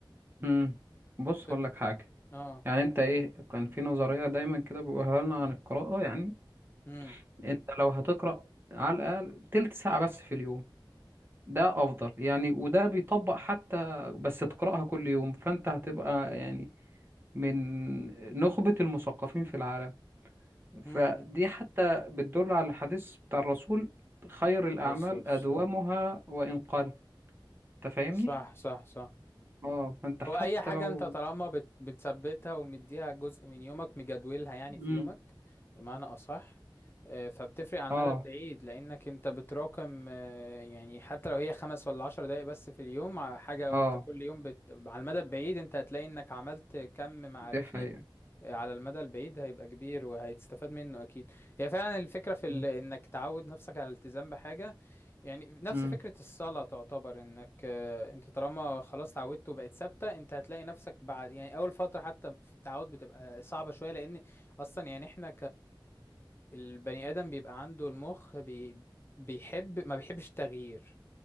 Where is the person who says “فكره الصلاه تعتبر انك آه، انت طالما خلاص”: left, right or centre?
Left